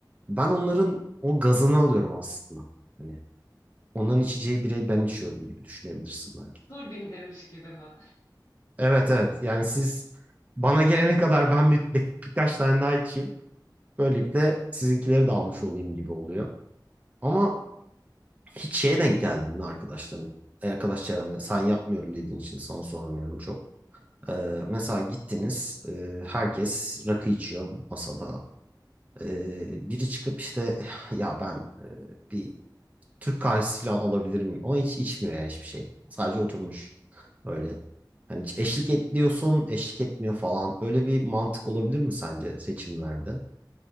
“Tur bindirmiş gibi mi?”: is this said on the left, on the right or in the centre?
Left